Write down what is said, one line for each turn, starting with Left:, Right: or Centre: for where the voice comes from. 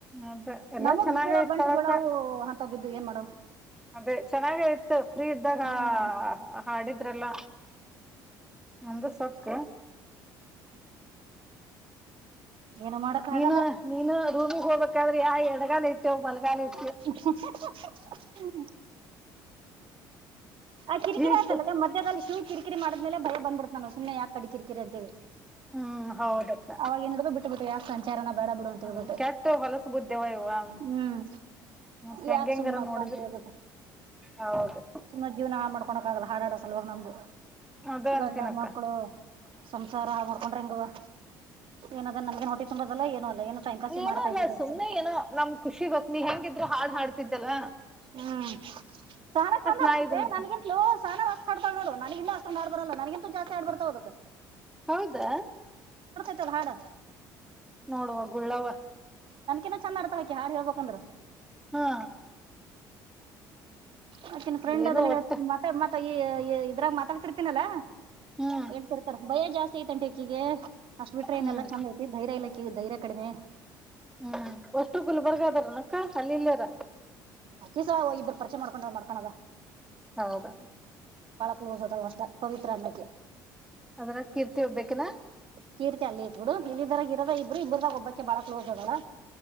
Centre: ಅದೇ ಎಲ್ಲಾ
Right: ನಮಗ
Centre: ಚೆನ್ನಾಗ
Right: ಬ ಬೀಳ
Centre: ಇತ್ತಳಕ್ಕ
Right: ಗಂಟ ಬೀಳಾವವು ಅಂತವ ಬಿದ್ದು ಏನ್ ಮಾಡವ್
Centre: ಅದೇ ಚೆನ್ನಾಗಯ್ತು ಫ್ರೀ ಇದ್ದಾಗ
Right: ಹ್ಮ್
Centre: ಹಾಡಿದ್ರೆಲ್ಲ ಒಂದ ಸಕ್
Right: ಏನು ಮಾಡಕ್
Centre: ನೀನು
Right: ಆಗಲ್ಲ
Centre: ನೀನು ರೂಮಿಿಗೆ ಹೋಗ್ಬೇಕಾದ್ರೆ ಯಾ ಎಡಗಾಲ ಇಟ್ಟೇವ ಬಲಗಾಲ ಇಟ್ಟೇ
Right: ಹ್ಮ್ ಆ ಕಿರಿಕಿರಿ
Centre: ಇಟ್ಟು
Right: ಆಯ್ತಲ್ಲ ಮಧ್ಯದಲ್ಲಿ ಶೂ ಕಿರಿಕಿರಿ ಮಾಡದ್ಮೇಲೆ ಬಳ ಬಂದ್ಬಿಡ್ತ ನ ಸು್ನೆ ಯಾಕ ಕಡಿ ಕಿರಿಕಿರಿ ಅಂತೇವಿ
Centre: ಹ್ಮ್ ಹೌದಕ್ಕ
Right: ಅವವಾಗೇಏನಡ ಬಿಟ್ಟ ಇಬಿಟ್ಟು ಯಾಕೆ ಸಂಚಾರನ ಬೇಡ ಬಿಡು ಅಂತೇಳ್ಬಿಟ್ಟು
Centre: ಅದು ಕೆಟ್ಟ ಹೊಲಸ ಬುದ್ಧಿವ ಇವ ಒಂದ್
Right: ಹ್ಮ್
Centre: ಮತ್ ಹೆಂಗೆಂಗಾರ
Right: ಯಾಕ ಸುಮ್ನಪ್ಪ
Centre: ನೋಡಿದಿಲ್
Right: ಅಂತ ಹೇಳಳ್ಬುದ
Centre: ಹೌದು
Right: ಸುಮ್ಮ ಜೀವನ ಹಾ ಮಾಡ್ಕೊಳಕ್ ಆಗಲ್ಲ ಹಾಡಾಡ ಸಲುವಾಗ ನಮ್ದು
Centre: ಅದ ಅಂತೀನಕ್ಕ
Right: ಗಂಡ ಮಕ್ಕಳು ಸಂಸಾರ ಮಾಡ್ಕೊಂಡ್ರ ಹೆಂಗ ಏನ ಅ ನಮಗೆ ಹೊಟ್ಟೆುಂಬದಲ್ಲ ಏನು ಅಲ್ಲ ಏ ೈ್ ಪಸ್
Centre: ಏನೋ
Right: ಮಾಡತಾ
Centre: ಅಲ್ಲ
Right: ಇದಿದ್ದುೋಸ್ರ
Centre: ಸುಮ್ನೆ ಏನೋ ನಮ್ ಖುಷಿಗತ್ನ ಹೆಂಗಿದ್ರು ಹಾಡ್ ಹಾಡ್ತಿದ್ದಲ್
Right: ಹ್ಮ್ ಸಹನ ಚಂದ್ ಆಡ್ತೆ
Centre: ನಾ ಇದನ್
Right: ನನಗಿಂತಲೂ ಸಹನ ವಸ್ತ ಆಡ್ತಾಳ ನೋಡು ನನಗಿಂತ ಆಡ್ ಬರಲ್ಲ ನನಗಂತೂ ಜಾಸ್ತಿ ಆಡ್ ಬರ್ತಾ ಹದಕ್
Centre: ಹೌದಾ
Right: ಚ ಹಾಡ
Centre: ನೋಡುವ ಗುಳ್ಳವ
Right: ಏನ ಚಂದ ಆಡ್ತವಕ ಯಾರ್ ಹೇಳ್ಬೇಕಂದ್ರೆ
Centre: ಹಾ
Right: ಮತ್ತತ್ತನ್ ಫ್ರೆಂಡ್
Centre: ಏನೋ
Right: ಅದೆಲ್ಲ
Centre: ಒಟ್ಟ
Right: ಹಳ್ತ ಮಾತಾ ಮ ಈ ಇದ್ರಾಗ ಮಾತಾಡ್ತಿರ್ತೀನಲ್ಲ
Centre: ಹ್ಮ್
Right: ಹೇಳ್ತಿರ್ತಾರೆ ಭಯ ಜಾಸ್ತಿ ಐತೆಂಟ ಈಕ್ಕೀಿಗೆ ಅಷ್ಟ್ ಬಿಟ್ರೆಏನ್
Centre: ಹ್ಮ್
Right: ಎಲ್ಲಾ ಚಂದ ಐತಿ ಧೈರ್ಯ ಇಲ್ಲಿ ಧೈರ್ಯ ಕಡಿಮೆ
Centre: ಹ್ಮ್ ವಷ್ಟು ಗುಲ್ಬರ್ಗ ಅದ್ರ್ ನಕ್ಕ ಅಲ್ಲಿ ಇಲ್ಲಾರ
Right: ಈಸ ಇಬ್ಬರು ಪಚ ಮಾಡಕೊಂಡ ಮಾಡ್ಕೋದ
Centre: ಹೌದ
Right: ಕ್ಲೋಸ್ ಅದ ಅಷ್ಟ ಪವಿತ್ರ ಅನ್ನ
Centre: ಅದ್ರಾಗ ಕೀರ್ತಿ ಒಬ್ಬಕಿನಾ
Right: ಕೀರ್ತಿ ಅಲ್ಲಿ ಇತ್ ಬಿಡು ಇಲ್ಲ ಇದರಾಗ ಇರದ ಇಬ್ರು ಇಬ್ರದಾಗ ಒಬ್ಬಕ್ಕೆ ಬಾಳ ಕ್ಲೋಸ್ ಅದಲ್ಲಾ